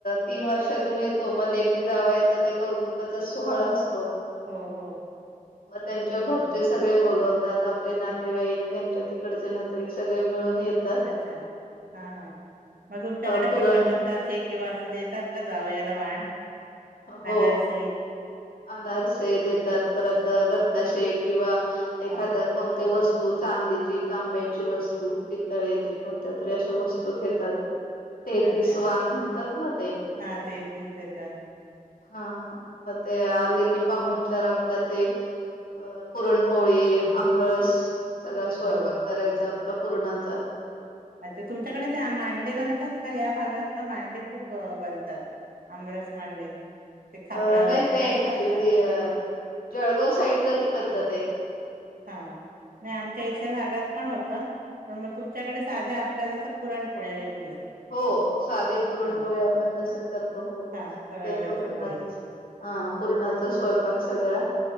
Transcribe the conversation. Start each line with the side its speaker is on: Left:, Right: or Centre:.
Left: तीन वर्षातून येतो, मग लेकी जावयाचा ते कौतुकाचा सोहळा असतो.
Right: हो हो
Left: मग त्यांच्या घर चे सगळे बोलवतात, आपले नातेवाईक त्यांच्या तिकडचे नातेवाईक सगळे मिळून येत
Right: अच्छा हा हा मग तुमच्याकडे
Left: अ, पुरण
Right: पण ते ब ते किंवा असं देतात का जावयाला वाण.
Left: हो
Right: अनारसे?
Left: अनारसे देतात परत बत्ताशे किंवा एखाद्या
Right: हा.
Left: कोणत्या वस्तू चांदीची, तांब्याची वस्तू पितळ्याची कोणत्या तरी अशा वस्तू घेतात तेहतीस
Right: अच्छा.
Left: वान म्हणतात ना ते.
Right: हा तेहतीस देतात.
Left: हा मग ते आले की पाहूनचार आपलं ते अ पुरणपोळी आमरस सगळा स्वयंपाक
Right: हो.
Left: करायचा आपला पुरणाचा.
Right: अच्छा तुमच्याकडे ते मांडे बनतात का या भागात ना मांडे खूप बनतात. आमरस मांडे. ते खापरावरचे
Left: अ नाही ते
Right: नसतात
Left: ऍक्च्युली
Right: का
Left: अ जळगाव साईडला ती पद्धत आहे.
Right: हा नाही आमच्या
Left: अ,
Right: इथल्या भागात पण होतं. पण मग तुमच्याकडे साध्या आपल्या जसं पुरणपोळ्या रेग्युलर.
Left: हो साधे पुरणपोळी
Right: हा
Left: आपण जसं करतो हो ते
Right: हा तव्यावरची
Left: पुरणच
Right: पोळी
Left: हा पूरणाचा स्वयंपाक सगळां